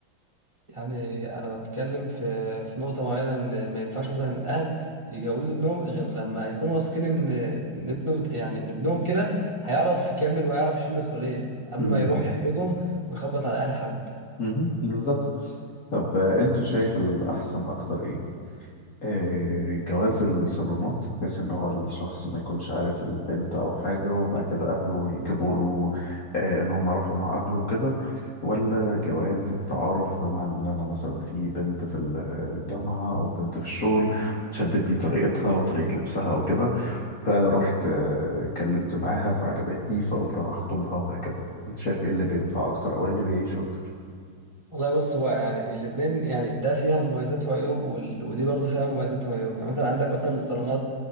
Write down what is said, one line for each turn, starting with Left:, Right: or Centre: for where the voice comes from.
Right: يعني انا بتكلم في في نقطه معينه ان ما ينفعش مثلا الاهل يجوزوا ابنهم غير لما يكونوا واثقين ان ان ابنه يعني ان ابنهم كده هيعرف يكمل وهيعرف يشيل مسؤوليه قبل
Left: امم
Right: ما يروح يحرجهم ويخبط على اهل حد
Left: امم بالظبط طب آه، انت شايف الاحسن اكتر ايه آه، جواز الصالونات بحيث ان هو الشخص ما يكونش عارف البنت او حاجة وبعد كده اهله يجيبوا له آه، ان هم يروحوا مع اهله وكده ولا جواز التعارف بمعنى ان انا مثلا في بنت في الجامعة او بنت في الشغل شدتني طريقتها وطريقة لبسها او كده فروحت آه، اتكلمت معاها فعجبتني فقلت اروح اخطبها وهكذا انت شايف ايه اللي بينفع اكتر او ايه اللي بيعيش اكتر
Right: والله بص هو يعني الاتنين يعني ده فيها مميزات وعيوب وال... ودي برضو فيها مميزات وعيوب يعني مثلا عندك مثلا الصالونات